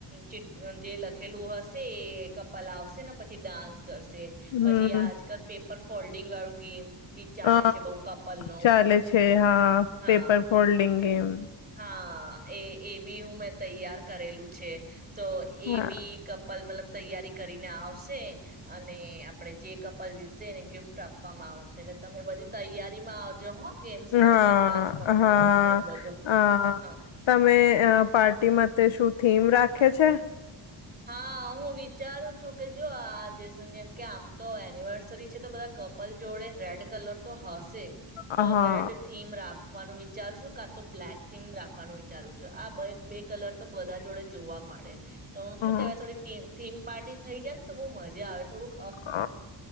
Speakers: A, on the right; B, on the left.
A: ચિટ જે લખેલું હશે એ કપલ આવશે ને પછી ડાન્સ. કરશે
B: હમ
A: પછી આજકાલ પે. પર ફોલ્ડિંગ વાળું ગેમ બી ચાલે
B: હ
A: છે બઉ કપલ નું
B: ચાલે છે હા
A: હા
B: પેપર ફોલ્ડિંગ એમ. હમ.
A: હા એ એ બી હું મેં તૈયાર કરેલું છે તો એ
B: હા
A: બી કપલ મતલબ તૈયારી કરીને આવશે અને આપણે જે કપલ જીતશે એને ગિફ્ટ આપવામાં આવશે એટલે તમે બધી તૈયારીમાં આવજો હો. ગેમ્સ માટે
B: હા
A: ડાન્સ પરફોર્મન્સ
B: હા
A: ને એ બધું.
B: અ
A: હા
B: તમે અ પાર્ટીમાં તે શુ થીમ રાખે છે.
A: હા હું વિચારું છું કે જો આજ જેમ કે આમ તો એનિવર્સરી છે તો બધા કપલ જોડે રેડ કલર તો હશે
B: હા
A: તો રેડ થીમ રાખવાનું વિચારશું કા તો બ્લેક થીમ રાખવાનું વિચારું છું આ બે કલર તો બધા જોડે જ જોવા મળે તો શું
B: હા અ,
A: થીમ પાર્ટી થઈ જાય ને તો બઉ મજા આવે થોડું
B: હ